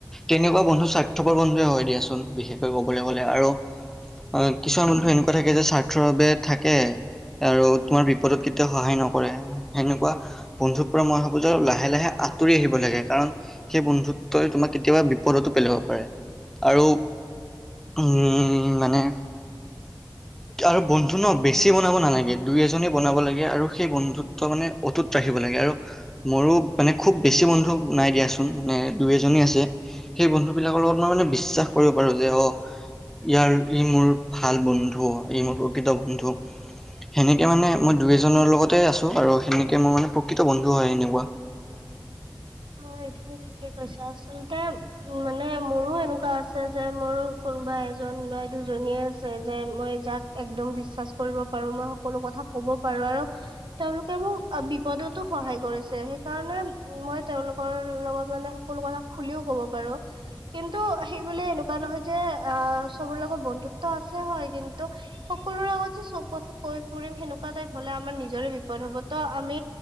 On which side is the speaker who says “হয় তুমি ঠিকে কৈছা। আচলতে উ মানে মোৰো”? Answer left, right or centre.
Right